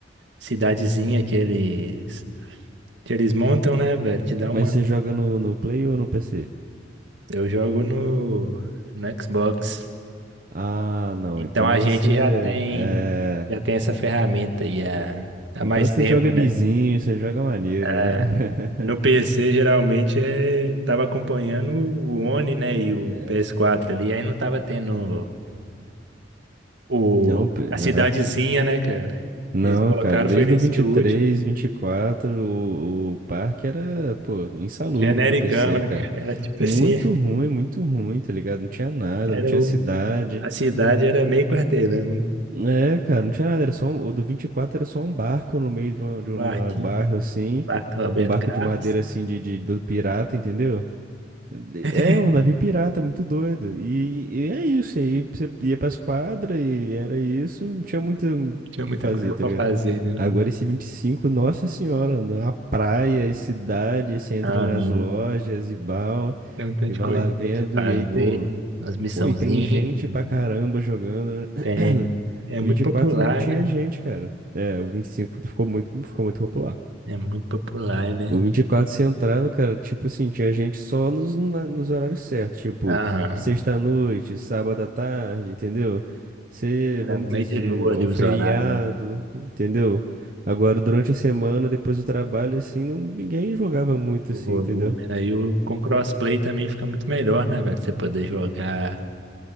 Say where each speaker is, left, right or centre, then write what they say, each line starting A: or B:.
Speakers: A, on the right; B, on the right.
A: cidadezinha que eles, que eles montam, né, velho? Te dá uma.
B: Mas você joga no, no Play ou no PC?
A: Eu jogo no, no Xbox.
B: Ah, não.
A: Então
B: Então
A: a
B: você
A: gente já tem,
B: é.
A: já tem essa ferramenta aí há, há
B: Então
A: mais
B: você
A: tempo,
B: joga lisinho,
A: né?
B: você joga maneiro,
A: É,
B: né?
A: no PC
B: <laughs>
A: geralmente é, tava acompanhando o One, né,
B: Não,
A: e o
B: é.
A: PS4 ali, aí não tava tendo o,
B: Não, pe- é.
A: a cidadezinha, né, cara?
B: Não,
A: Eles colocaram
B: cara, desde
A: foi nesse
B: o 23,
A: último,
B: 24, o, o parque era, pô, insalubre
A: genericão,
B: do PC,
A: né,
B: cara.
A: cara? Era tipo
B: Muito
A: assim,
B: ruim, muito ruim, tá ligado? Não tinha nada,
A: era
B: não tinha
A: o,
B: cidade.
A: a cidade era meio quarteirão, né?
B: É, cara, não tinha nada, era só um, o do 24 era só um barco no meio de, uma-
A: Um
B: de um
A: Quartinho,
B: eh, bairro assim,
A: quarto Roberto
B: um barco
A: Carlos.
B: de madeira assim de, de- do pirata, entendeu?
A: <laughs>
B: É um navio pirata, muito doido. E, e é isso. E aí você ia pras quadras e era isso. Não tinha muito o
A: Tinha
B: que
A: muita
B: fazer,
A: coisa
B: tá
A: pra
B: ligado?
A: fazer, né?
B: Agora esse 25 nossa senhora, uma praia e cidade. aí Você entra
A: Aham.
B: nas lojas e bal
A: Tem um tanto
B: e vai
A: de coisinha
B: lá vendo.
A: pra você fazer,
B: E aí, pô,
A: umas missãozinhas,
B: pô, e tem gente pra caramba jogando, né?
A: tem.
B: <clears throat>
A: É muito
B: vinte
A: popular,
B: e quatro não tinha
A: né?
B: gente, cara. É, o 25 ficou muito, ficou muito popular.
A: É muito popular, né?
B: O 24 você entrava, cara, tipo assim, tinha gente só nos, na- nos horários certos, tipo,
A: Aham.
B: sexta-noite, sábado à tarde, entendeu? Você,
A: Era
B: vamos
A: meio
B: dizer, se-
A: de lua
B: ou
A: ali os
B: feriado,
A: horários, né?
B: entendeu? Agora, durante a semana, depois do trabalho, assim, não, ninguém jogava muito,
A: O
B: assim,
A: volume,
B: entendeu?
A: né? E o, com crossplay também fica muito melhor, né, velho? Você poder jogar